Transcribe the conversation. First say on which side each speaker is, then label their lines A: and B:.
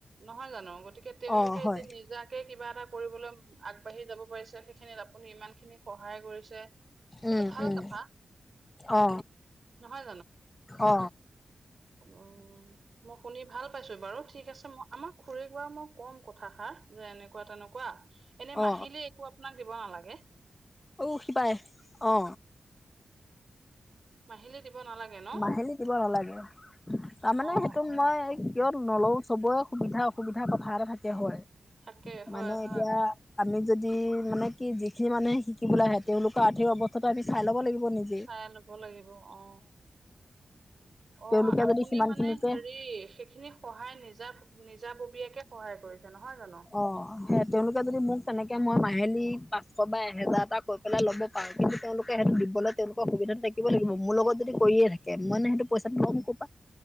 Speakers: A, on the right; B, on the left.
A: নহয় জানো গতিকে তেওঁলোকে
B: অ হয়
A: এতিয়া নিজাকে কিবা এটা কৰিবলৈ আগবাঢ়ি যাব পাৰিছে সেই সেইখিনিত আপুনি ইমানখিনি সহায় কৰিছে এইটো
B: উম
A: ভাল
B: উম
A: কথা।
B: অ
A: নহয়
B: অ
A: উ মই শুনি ভাল পাইছো বাৰু ঠিক আছে মই আমাক খুুৰিক বা মই ক'ম কথাষাৰ যে এনেকোৱা তেনেকোৱা এনে
B: অ
A: মাহিলী একো আপোনাক দিব নালাগে
B: অ সিপাৰে অ
A: মাহিলী দিব নালাগে ন?
B: মাহিলী দিব নালাগে তাৰমানে
A: অ',
B: সেইটো
A: অ',
B: মই কিয় নলও চবৰে সুবিধা অসুবিধা কথা এটা থাকে হয়
A: তাকে হয়,
B: মানে
A: হয়
B: এতিয়া আমি যদি মানে কি যিখিনি মানুহে শিকিবলে আহে তেওঁলোকৰ আৰ্থিক অৱস্থাটো আমি চাই ল'ব লাগিব নেকি?
A: চাই লব লাগিব অ। অ
B: তেওঁলোকে
A: আপুনি
B: যদি সিমান
A: মানে
B: খিনিকে
A: হেৰি সেইখিনি সহায় নিজা নিজা ববীয়াকে সহায় কৰিছে নহয় জানো?
B: অ সেই তেওঁলোকে যদি মোক তেনেকে মই মাহিলী পাঁচশ বা এহেজাৰ এটা কৈ পেলাই ল'ব পাৰো কিন্তু তেওঁলোকে সেইটো দিবলৈ তেওঁলোকৰ সুবিধাটো থাকিব লাগিব মোৰ লগত যদি কৰিয়ে থাকে মইনো সেইটো পইচাটো লম কৰ পা